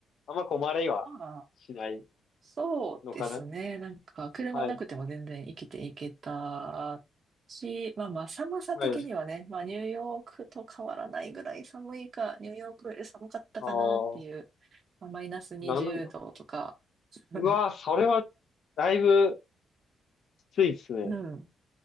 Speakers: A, on the left (about 50°); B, on the right (about 35°).
A: あんま困れはしない
B: まあそうですね。
A: のかな。
B: なんか、車なくても全然生きていけたし、
A: はい。
B: まあまあ、寒さ的にはね、
A: はい。
B: まあ、ニューヨークと変わらないぐらい寒いか、ニューヨークより寒かったかなっていう、
A: ああ、
B: まあ、マイナス20度とか、
A: なんだ。
B: <laughs>
A: うわー、それはだいぶきついですね。
B: うん。